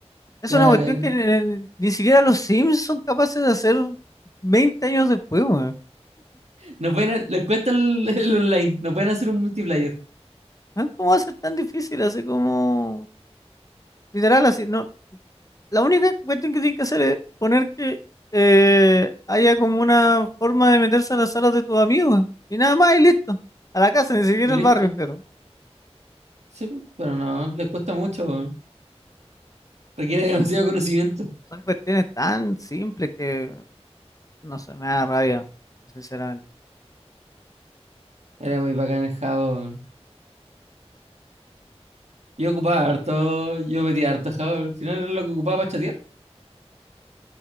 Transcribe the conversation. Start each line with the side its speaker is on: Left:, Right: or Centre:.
Left: Es
Right: Ya,
Left: una cuestión
Right: acá-
Left: que ni, ni siquiera los Sims son capaces de hacer 20 años después, weón.
Right: no pueden, ha- les cuesta el, el online, no pueden hacer un multiplayer.
Left: Ah, ¿Cómo va a ser tan difícil? Así como, literal, así, no. La única cuestión que tienen que hacer es poner que eh, haya como una forma de meterse a las salas de tus amigos, y nada más, y listo. A la casa, ni siquiera
Right: Y
Left: al
Right: listo.
Left: barrio entero.
Right: Sí, po, pero no, les cuesta mucho. weón. Requiere
Left: Son,
Right: demasiado
Left: cu-
Right: conocimiento.
Left: son cuestiones tan simples que, no sé, me da rabia, sinceramente.
Right: Era muy bacán el Java. weón. Yo ocupaba harto, yo metía harto Java. Al final era lo que ocupaba para chatear.